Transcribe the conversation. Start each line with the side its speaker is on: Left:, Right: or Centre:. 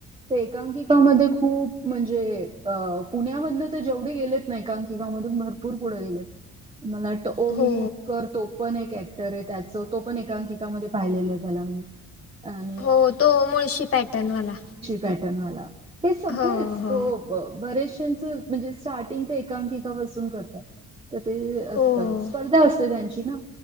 Right: ते एकांकिकामध्ये खूप म्हणजे अ पुण्यामधन ते जेवढे गेलेत ना एकांकिकावमधून भरूर. पूर पुढं गेले. मला वाटतं ओम
Left: हो
Right: भूतकर तो पण एक ऍक्टर आहे त्याच तो पण एकांकिकामध्ये पाहिलेलं आहे त्याला मी हां
Left: हो तो मुळशी पॅटर्नवाला
Right: पॅटर्नवाला हे सगळेच
Left: हो हो
Right: तो बरेचशांच म्हणजे स्टार्टिंग ते एकांकिकापासून करतात. तर ते असत
Left: हो
Right: स्पर्धा असते त्यांची ना